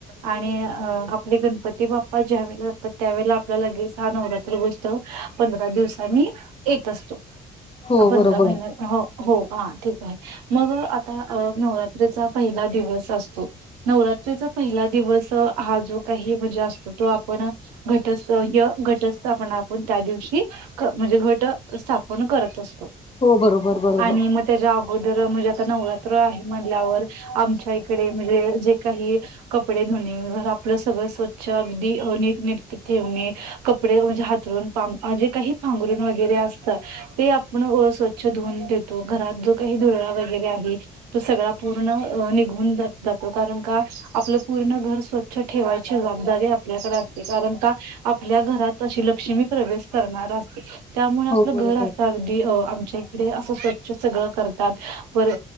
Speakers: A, on the right; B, on the left.
A: आणि अ आपले गणपती बाप्पा ज्यावेळेला जातात त्यावेेळेला आपल्या लगेच हा नवरात्र त पंधरा दिवसानि येत असतो.
B: हो
A: पंधरा
B: बरोबर
A: महिन हो हो ह ठीक आहे मग आता अ नवरात्रीचा पहिला दिवस असतो. नवरात्रीचा पहिला दिवस अ हा जो काही म्हणजे असतो तो आपण घटस्थ य घटस्थपना आपन त्या दिवशी म्हणजे घट स्थापन करत असतो.
B: हो बरोबर बरोबर.
A: आणि मग त्याच्या अगोदर म्हणजे आता नवरात्र आहे म्हणल्यावर आमच्या इकडे म्हणजे जे काही कपडे धुणे घर आपलं सगळं स्वच्छ अगदी नीट नेटके ठेवणे कपडे म्हणजे हातरून जे काही पांघरूण वगैरे असतं. ते आपण स्वच्छ धुऊून देतो घरात जो काही धुरळा वगैरे आहे तो सगळा पूर्ण निघून जा जातो कारण का आपलं पूर्ण घर स्वच्छ ठेवायची जबाबदारी आपल्याकडे असते कारण का आपल्या घरात अशी लक्ष्मी प्रवेश करणार असते. त्यामुळे आपलं
B: हो बरोबर
A: घर असं अगदी आमचे इडे असं स्वच्छ सगळं करतात वर